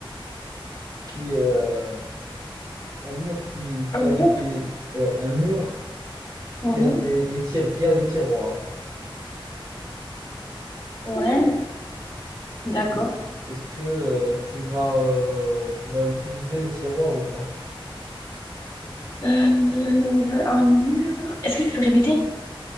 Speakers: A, on the right (about 45°); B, on the left (about 25°).
A: qui euh, un mur qui, qui
B: Un
A: avait
B: mur?
A: des ouais un mur
B: Mhm.
A: qui a des, des tir- qui a des tiroirs,
B: Ouais, d'accord.
A: est-ce, est-ce que euh, tu vas euh, tu vas l'utiliser le tiroir ou pas?
B: Euh, un mur. Est-ce que tu peux répéter?